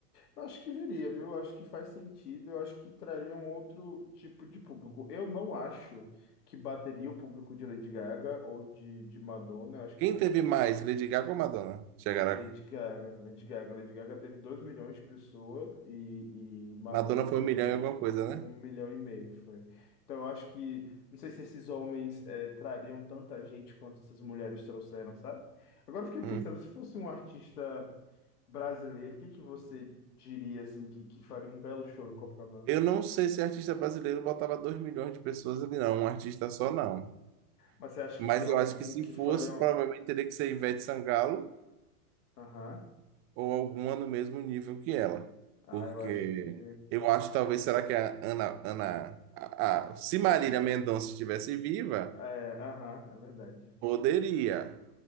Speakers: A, on the left; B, on the right.
A: Eu Acho que viria, viu? Eu Acho que faz sentido, eu acho que traria um outro tipo de público. Eu não acho que bateria o público de Lady Gaga ou de, de Madonna, eu acho
B: Quem
A: que
B: teve mais, Lady Gaga ou Madonna? Chegaram
A: Lady Gaga, Lady Gaga, Lady Gaga teve 2 milhões de pessoas e, e Madonna
B: Madonna foi
A: teve
B: um milhão e alguma coisa, né?
A: um milhão e meio, foi. Então eu acho que, não sei se esses homens eh, trariam tanta gente quanto essas mulheres trouxeram, sabe? Agora eu fiquei
B: Hum.
A: pensando, se fosse um artista brasileiro, o que que você diria assim que, que faria um belo show em Copacabana?
B: Eu não sei se artista brasileiro botava 2 milhões de pessoas ali, não. Um artista só, não.
A: Mas você acha
B: Mas
A: que tem algum
B: eu acho que se
A: que faria
B: fosse,
A: um...
B: provavelmente teria que ser Ivete Sangalo
A: Aham.
B: ou alguma no mesmo nível que ela.
A: Ah,
B: Porque
A: eu acho que
B: eu acho, talvez, será que a Ana... Ana a, a- se Marília Mendonça estivesse viva,
A: é, aham, é verdade.
B: poderia,